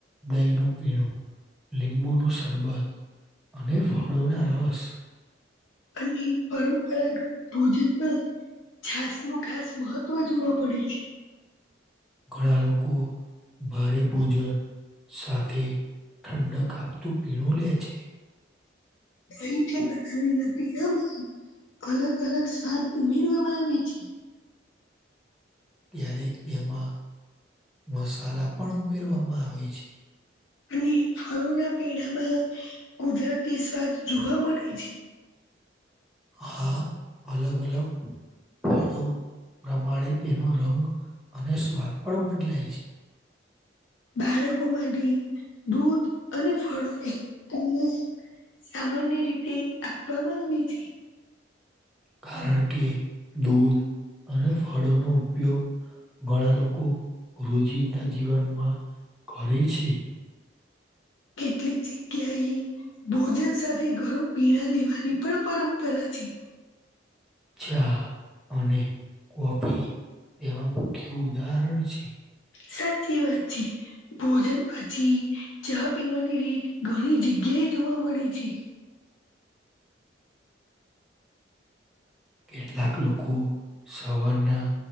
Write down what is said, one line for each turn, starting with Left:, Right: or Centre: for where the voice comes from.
Centre: દહીનું પીણું લીંબુ નું સરબત અને ફળોના રસ
Left: અને પરંપરાગત ભોજનમાં છાસ નું ખાસ મહત્વ જોવા મળે છે
Centre: ઘણા લોકો ભારે ભોજન સાથે ઠંડક આપતું પીણું લે છે
Left: દહી થી બનાવેલા પીણાં માં અલગ અલગ સ્વાદ ઉમેરવામાં આવે છે
Centre: ત્યારેક તેમાં મસાલા પણ ઉમેરવામાં આવે છે
Left: અને ફળોના પીણામાં કુદરતી સ્વાદ જોવા મળે છે
Centre: હા અલગ અલગ ફળો પ્રમાણે તેનો રંગ અને સ્વાદ પણ બદલાય છે
Left: બાળકોમાંથી દૂધ અને ફળોને સામાન્ય રીતે આપવામાં આવી છે
Centre: કારણ કે દૂધ અને ફળોનો ઉપયોગ ઘણા લોકો રોજિંદ જીવનમાં કરે છે
Left: કેટલીક જગ્યા એ ભોજન સાથે ગરમ પીણા લેવાની પણ પરંપરા છે
Centre: ચા અને કોફી તેમાં મુખ્ય ઉદાહરણ છે.
Left: સાચી વાત છે ભોજન પછી ચા પીવાની રીત ઘણી જગ્યા એ જોવા મળી છે
Centre: કેટલાક લોકો સવારના